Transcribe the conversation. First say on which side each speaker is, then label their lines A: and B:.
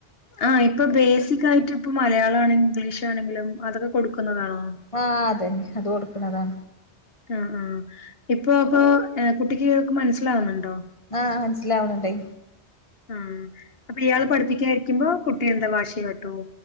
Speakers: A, on the left; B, on the left.
A: ആയിപ്പൊ ബേസിക്കായിട്ടിപ്പം മലയാളാണെങ്കിലും ഇംഗ്ലീഷാണെങ്കിലും <unintelligible> കൊടുക്കുന്നതാണോ.
B: ആഹ് അതന്നെ അതുകൊടുക്കുന്നതാ
A: ആഹ് ആഹ് ഇപ്പൊ അപ്പൊ കുട്ടിക്കു മനസ്സിലാവ്ണ്ണ്ടോ
B: ആഹ് മനസ്സിലാവ്ണ്ണ്ടേ
A: ആഹ് അപ്പൊ ഇയാളു പഠിപ്പിക്കാനിരിക്കുമ്പോ കുട്ടി എന്താവാശികാട്ടുവോ